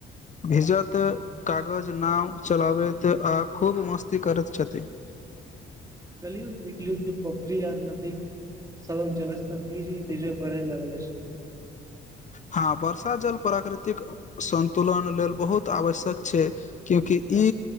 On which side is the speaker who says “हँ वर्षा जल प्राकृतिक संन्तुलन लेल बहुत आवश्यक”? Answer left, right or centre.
Left